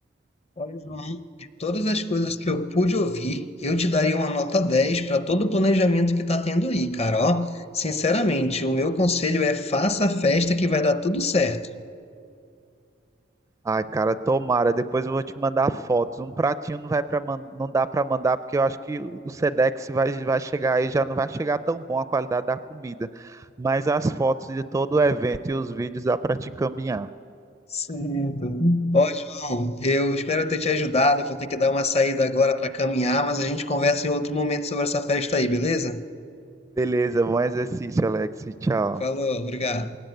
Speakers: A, on the left; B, on the right.
A: Olha, João, de todas as coisas que eu pude ouvir, eu te daria uma nota 10 para todo o planejamento que tá tendo aí, cara. Ó, sinceramente, o meu conselho é faça a festa que vai dar tudo certo.
B: Ai, cara, tomara. Depois eu vou te mandar fotos. Um pratinho não vai para não dá para mandar porque eu acho que o Sedex vai vai chegar aí já não vai chegar tão bom a qualidade da comida, mas as fotos de todo o evento e os vídeos dá para te encaminhar.
A: Certo. Ó, João, eu espero ter te ajudado. Eu vou ter que dar uma saída agora para caminhar, mas a gente conversa em outro momento sobre essa festa aí, beleza?
B: Beleza, bom exercício, Alex. Tchau.
A: Falou, obrigado.